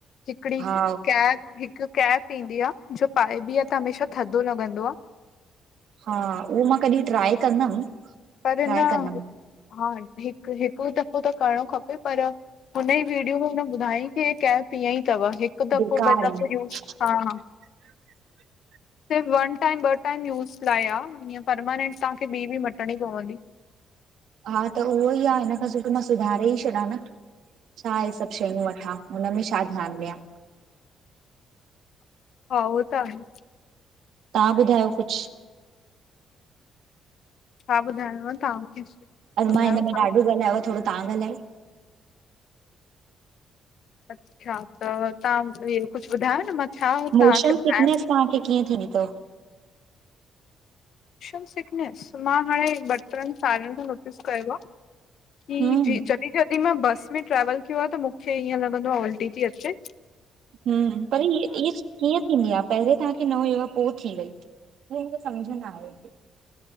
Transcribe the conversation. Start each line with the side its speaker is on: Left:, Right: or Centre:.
Left: हिकड़ी
Right: हा
Left: कैप हिकु कैप पींदी आ, जो पाए बि आहे त हमेशा थदो लॻंदो आ।
Right: हा उहो मां कॾहिं ट्राए कंदमि।
Left: पर
Right: ट्राए
Left: न
Right: कंदमि
Left: हा हिकु, हिकु दफ़ो त करणो खपे पर हुन ई वीडियो में हुन ॿुधाईं की कैप इअं ई थव हिकु दफ़ो
Right: बेकार
Left: ॿ
Right: आहिनि
Left: दफ़ो यूस हा- हा।
Right: <unintelligible>
Left: सिर्फ वन टाइम ब टाइम यूज़ लाइ आ, ईअं परमानेंट तव्हांखे बि -बि मटणी पवंदी।
Right: हा त उहो ई आ, हिन खां सुठो मां सुधारे ई छॾियां न। छा इहे सभु शयूं वठां हुनमें छा ध्यानु ॾियां
Left: हा हो त आहे
Right: तव्हां ॿुधायो कुझु?
Left: छा ॿुधायांव तव्हांखे
Right: अॼु
Left: ॿुधायो
Right: मां हिन में
Left: छा?
Right: ॾाढो ॻाल्हायो आ थोरो तव्हांॻाल्हायो
Left: अच्छा त तव्हां इह कुझु ॿुधायो न मां छा
Right: मोशन
Left: तव्हांखे ॿुधायां
Right: सिकनेस तव्हांखे कीअं थींदी थव
Left: शम सीकनेस मां हाणे ॿ ट्रनि साड़ियनि खां नोटिस कयो आह कि
Right: हम्म
Left: जी जॾहिं जयॾहिं मां बस में ट्रैवल कयो आहे त मूंखे ईअं लॻंदो आहे उल्टी थी अचे
Right: हम्म पर इअं इज कीअं थींदी आहे पहिरे तव्हांखे न हुयो पोइ थी वई हू मूंखे समुझ न आये